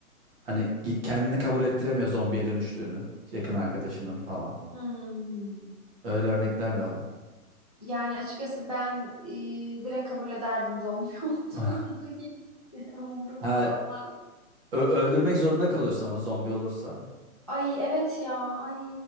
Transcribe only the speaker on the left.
Hmm.
Yani açıkçası ben e, direkt kabul ederdim zombi <laughs> olduğunu
hiç umurumda
olmaz.
Ay evet ya. Ay